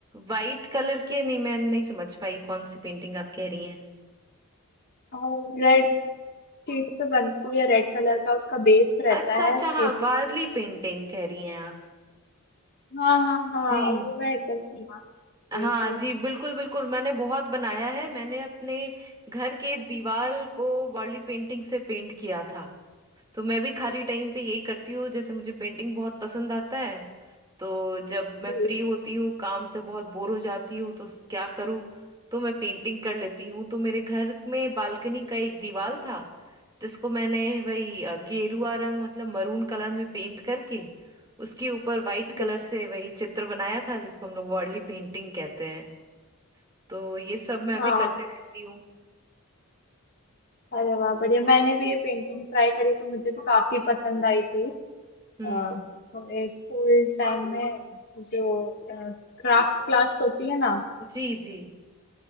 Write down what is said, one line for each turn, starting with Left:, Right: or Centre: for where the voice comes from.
Right: वाइट कलर के नहीं मैं नहीं समझ पाई कौन सी पेंटिंग आप कह रही हैं
Left: और रेड शीट पे बनती है रेड कलर का उसका बेस रहता
Right: अच्छा अच्छा
Left: है शीट
Right: हाँ वारली
Left: रहती
Right: पेंटिंग कह रही हैं आप
Left: है हाँ हाँ हाँ
Right: जी
Left: वो मैं एकदम से मान
Right: हाँ
Left: रही थी
Right: जी बिल्कुल बिल्कुल मैंने बहुत बनाया है मैंने अपने घर के दीवार को वार्ली पेंटिंग से पेंट किया था तो मैं भी खाली टाइम पे यही करती हूँ जैसे मुझे पेंटिंग बहुत पसंद आता है तो जब मैं
Left: जी,
Right: फ्री होती हूँ काम से बहुत बोर हो जाती हूँ तो क्या करूँ तो मैं पेंटिंग कर लेती हूँ तो मेरे घर में बालकनी का एक दीवार था जिसको मैंने वही अ, गेरुआ रंग मतलब मरून कलर में पेंट करके उसके ऊपर वाइट कलर
Left: जी, जी।
Right: से वही चित्र बनाया था जिसको हम लोग वर्ली पेंटिंग कहते हैं तो ये सब मैं
Left: हाँ
Right: भी करते रहती हूँ
Left: अरे वाह बढ़िया मैंने भी ये पेंटिंग ट्राई करी तो मुझे भी काफी पसंद आई थी अ,
Right: हम्म
Left: स्कूल टाइम में जो क्राफ्ट क्लास होती है ना
Right: जी जी